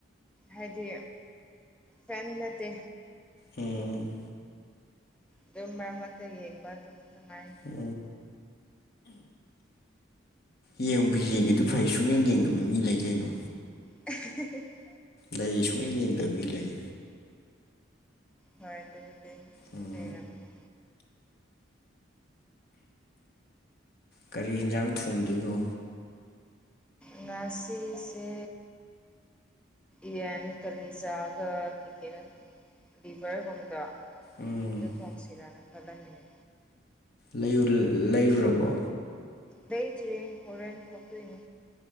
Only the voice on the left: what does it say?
ꯎꯝ
ꯎ ꯌꯦꯡꯕꯨ ꯌꯦꯡꯉꯦ ꯑꯗꯨ ꯐꯩ ꯁꯨꯡꯌꯦꯡ ꯌꯦꯡꯗꯕ ꯃꯤ ꯂꯩ ꯀꯩꯅꯣ
ꯂꯩ ꯁꯨꯡꯅ ꯌꯦꯡꯗꯕꯤ ꯂꯩ
ꯎꯝ
ꯀꯔꯤ ꯌꯦꯟꯖꯥꯡ ꯊꯣꯡꯗꯣꯏꯅꯣ
ꯎꯝ
ꯂꯩꯔꯨ ꯂꯩꯔꯨꯔꯕꯣ